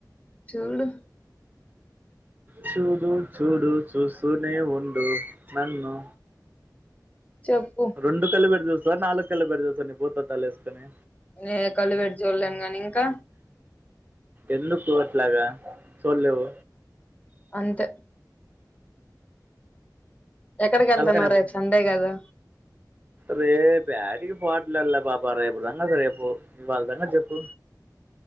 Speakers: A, on the left (about 20°); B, on the right (about 25°).
A: చూడు
B: చూడు చూడు చూస్తునే ఉండు నన్ను
A: చెప్పు
B: రెండు కళ్ళు పెట్టి చూస్తవ నాలుగు కళ్లు పెట్టి చూస్తవ నీ భూతద్దాలు ఎసుకొని
A: ఏ కళ్ళు వెట్టి చూలేను గాని ఇంకా
B: ఎందుకు అట్లాగ చూళ్ళేవు
A: అంతే ఎక్కడికి ఏళ్తున్నావ్
B: తలక
A: రేపు సండే గదా
B: రేప్ యాడికి పోట్లే లే పాప రేపుటి సంగతి రేపు ఇవాళ సంగతి చెప్పు